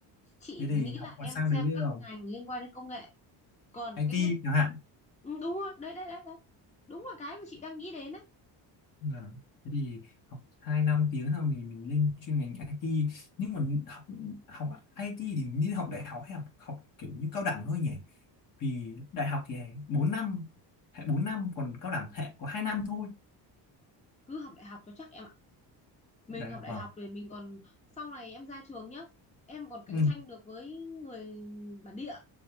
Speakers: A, on the left; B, on the left.
A: chị
B: thế thì
A: nghĩ
B: học
A: là em
B: qua sang
A: xem
B: đấy
A: các
B: rồi
A: ngành liên quan đến công nghệ còn
B: IT
A: cái ngành
B: chẳng hạn
A: ừ, đúng rồi đấy đấy đấy đấy đúng là cái mà chị đang nghĩ đến đấy
B: Vâng. Thế thì học 2 năm tiếng xong thì mình lên chuyên ngành IT nhưng mà học học IT thì mình nên học đại học hay học học kiểu như cao đẳng thôi nhỉ vì đại học thì bốn năm hệ 4 năm còn cao đẳng hệ có hai năm thôi
A: cứ học đại học cho chắc em ạ mình
B: đại
A: học
B: học
A: đại
B: vâng
A: học thì mình còn sau này em ra trường nhá em còn cạnh
B: ừ,
A: tranh được với người bản địa